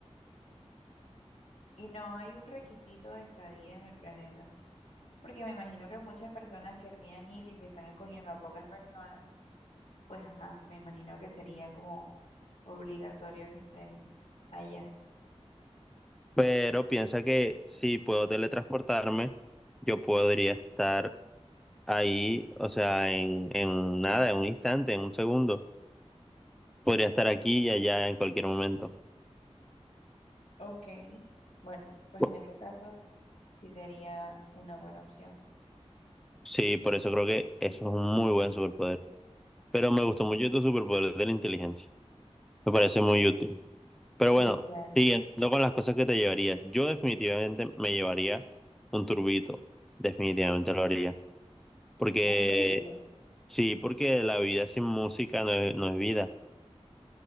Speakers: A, on the left; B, in the centre.
A: Y no hay un requisito de estadía en el planeta, porque me imagino que muchas personas querrían ir y si están escogiendo a pocas personas, pues ajá, me imagino que sería como obligatorio que estén allá.
B: Pero piensa que si puedo teletransportarme, yo podría estar ahí, o sea, en, en nada, en un instante, en un segundo. Podría estar aquí y allá en cualquier momento.
A: Ok, bueno, pues
B: Bu-
A: en ese caso... Sí, sería una buena opción.
B: Sí, por eso creo que eso es un muy buen superpoder. Pero me gustó mucho tu superpoder de la inteligencia. Me parece muy útil. Pero
A: Sí,
B: bueno,
A: claro.
B: siguiendo con las cosas que te llevarías, yo definitivamente me llevaría un turbito. Definitivamente lo haría. Porque,
A: Un turbito.
B: sí, porque la vida sin música no es, no es vida.